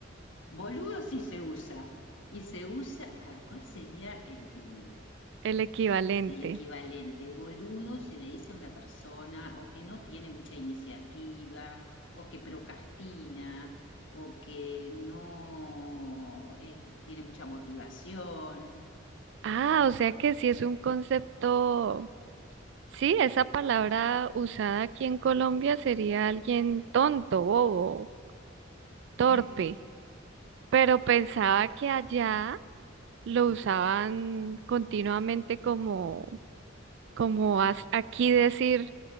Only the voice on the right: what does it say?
el equivalente.
Ah,
o sea que sí es un concepto, sí, esa palabra usada aquí en Colombia sería alguien tonto, bobo, torpe,
pero pensaba que allá... lo usaban continuamente como, como as- aquí decir,